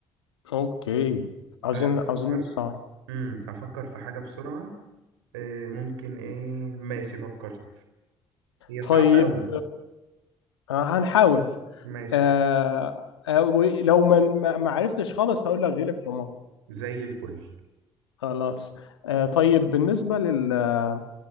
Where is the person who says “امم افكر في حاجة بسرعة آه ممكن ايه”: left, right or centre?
Right